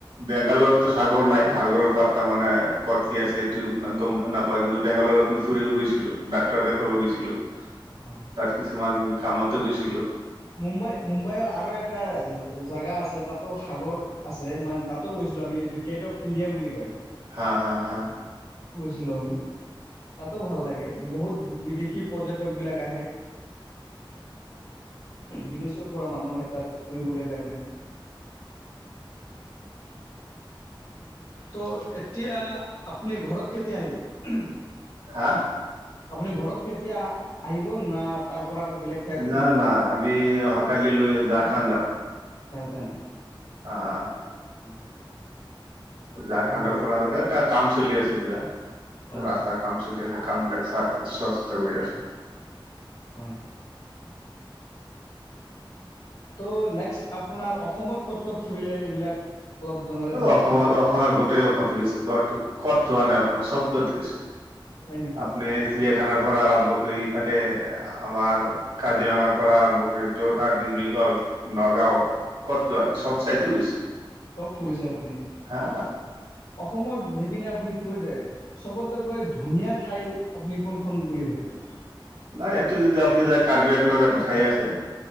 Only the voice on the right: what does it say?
বেংগালৰতো চাগৰ নাই। সাগৰৰ পাত তাৰ মানে কত কি আছে এইটো গম নাপায়। কিন্তু বেংগালৰত মই ফুৰিব গৈছিলো, ডাক্তৰ দেখাব
গৈছিলো,
তাত কিছুমান কামতটো গৈছিলো।
হা-হা-হা।
হা?
না,
না।
আমি অহাকালিলৈ ঝাৰখান যাম‌।
অহ।
ঝাৰখণ্ডৰ
পৰা কাম চলি আছে কিবা
ৰাস্তাৰ কাম চল কামবিলাক চ চোৱা চিতা কৰি আছোঁ।
অ
অসমত
অসমৰ গোটেই অসম ফুৰিছো। কত ক'ত যোৱা নাই অসমৰ? চবত গৈছোঁ।
আপুনি চিৰিয়াখানাৰ পৰা আৰম্ভ কৰি ইফালে আমাৰ কাজিৰঙাৰ পৰা আৰম্ভ কৰি যোৰহাট, ডিব্ৰুগড়, নগাঁও, ক'ত যোৱা নাই? চব চাইতো গৈছো।
হা
নাই এইটো যদি আপুনি যায় কাৰ্বি আংলং এটা ঠাই আছে।